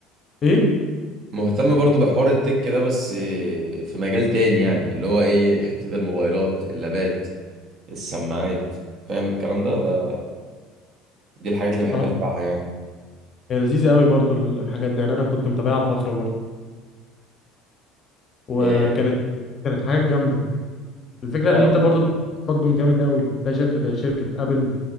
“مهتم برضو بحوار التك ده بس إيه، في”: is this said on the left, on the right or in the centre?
Right